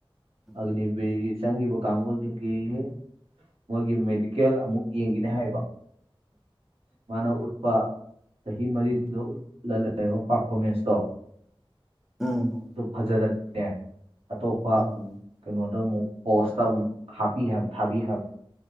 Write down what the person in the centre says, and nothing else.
ꯎꯝ
ꯎꯝ
ꯎꯝ